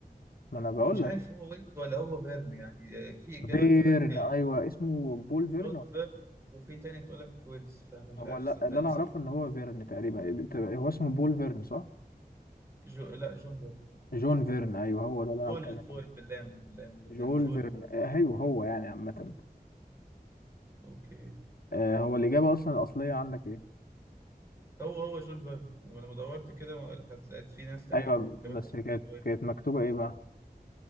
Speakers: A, on the left (about 65°); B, on the right (about 15°).
A: ما انا بقول
B: ومش
A: لك
B: عارف هو ويلز ولا هو فيرن يعني آه، في إجابة
A: فيرن
B: تقول لك
A: ايوه اسمه بول فيرن
B: جوزبرج
A: ولا إيه؟
B: وفي تاني تقول لك ويلز فانا مش
A: هو
B: عارف
A: لا
B: صدقني
A: اللي انا
B: صح
A: اعرفه ان هو فيرن تقريبا هو اسمه بول فيرن صح
B: جو لا جونفر
A: جون فيرن ايوه هو ده اللي انا
B: جول
A: بتكلم عنه
B: جول باللام باللام باللام
A: جول
B: جولفر
A: فيرن آه، ايوه هو يعني عامه
B: اوكي
A: آه، هو الاجابه اصلا الاصليه عندك ايه
B: هو هو جولفر ولما دورت كده ما لحقت- لقيت في ناس تانية
A: ايوه
B: بت- أو جابت
A: بس
B: تانية
A: كانت
B: بتقول ويلز
A: كانت مكتوبه ايه بقى